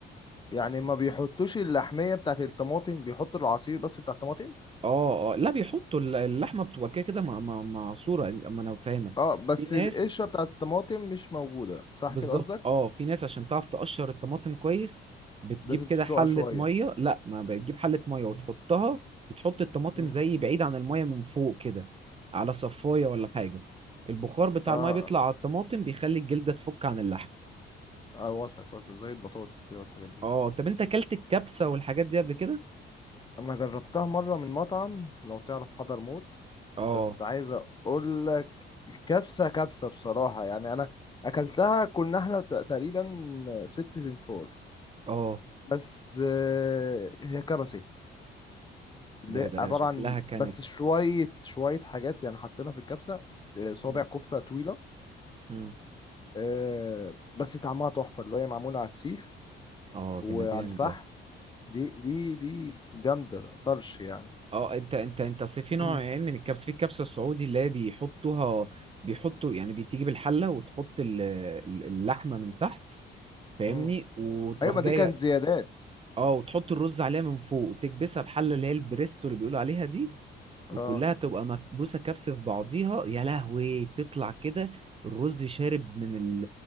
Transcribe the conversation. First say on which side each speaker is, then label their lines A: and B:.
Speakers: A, on the left; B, on the right.
A: يعني ما بيحطوش اللحميه بتاعت الطماطم بيحطوا العصير بس بتاع الطماطم
B: اه اه لا بيحطوا ال- اللحمه بتبقى كده كده مع- مع- معصوره اما انا فاهمك
A: اه بس
B: في ناس
A: القشره بتاعت الطماطم مش موجوده صح
B: بالظبط
A: كده قصدك
B: اه في ناس عشان تعرف تقشر الطماطم كويس بتجيب
A: لازم
B: كده
A: تسلقها
B: حلة
A: شويه
B: مية لا ما بتجيب حلة مية وتحطها وتحط الطماطم
A: مم.
B: زي بعيد عن المية من فوق كده على صفاية ولا حاجة البخار بتاع
A: اه
B: المية بيطلع على الطماطم بيخلي الجلدة تفك عن اللحم
A: اه وصلت وصلت زي البطاطس كده والحاجات دي
B: اه طب انت اكلت الكبسة والحاجات دي قبل كده
A: انا جربتها مره من مطعم لو تعرف حضرموت
B: اه
A: بس عايز اقول لك كبسه كبسه بصراحه يعني انا اكلتها كنا احنا ت- تقريبا ست تنفور
B: اه
A: بس آه، هي كبست اللي
B: ده
A: هي
B: ده
A: عباره
B: شكلها
A: عن
B: كانت
A: بس شويه شويه حاجات يعني حطينا في الكبسه آه، صابع
B: مم.
A: كفته طويله
B: مم.
A: آه، بس طعمها تحفه اللي هي معموله على السيخ
B: اه
A: وعلى
B: جمدان
A: الفحم
B: ده
A: دي دي دي جامده طرش يعني
B: اه انت انت انت أصل في نوعين
A: <clears throat>
B: من الكبسه في الكبسه السعودي اللي هي بيحطوها بيحطوا يعني بتيجي بالحله وتحط ال- ال- اللحمه من تحت فاهمني
A: مم.
B: وتروح
A: ايوه ما
B: جايه
A: دي كانت زيادات
B: اه وتحط الرز عليها من فوق وتكبسها بحله اللي هي البريستو اللي بيقولوا عليها دي وكلها
A: اه
B: تبقى مكبوسه كبسه في بعضيها يا لهوي تطلع كده الرز شارب من ال